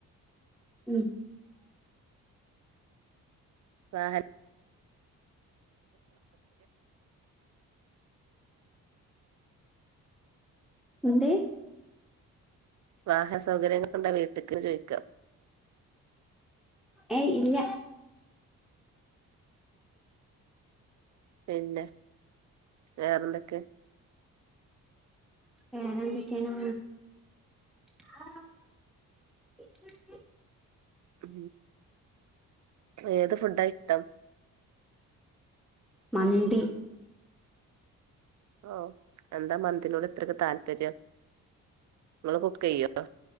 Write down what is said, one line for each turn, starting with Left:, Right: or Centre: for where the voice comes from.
Centre: ഉം
Right: സഹ
Centre: ന്തേ
Right: വാഹന സൗകര്യങ്ങള്ക്ക കൊണ്ടാ വീട്ടക്ക് ചോദിക്കാം
Centre: ഏയ് ഇല്ല
Right: പിന്നെ വേറെന്തൊക്കെ
Centre: വേറെ എന്തൊക്കെയാണ് <unintelligible>
Right: ഉ ഏത് ഫുഡ ഇട്ടം
Centre: മന്തി
Right: ഓ എന്താ മന്തിനോട് ഇത്രൊക്കെ താല്പര്യം ങ്ങള് ക്കു കുക്ക് യ്യോ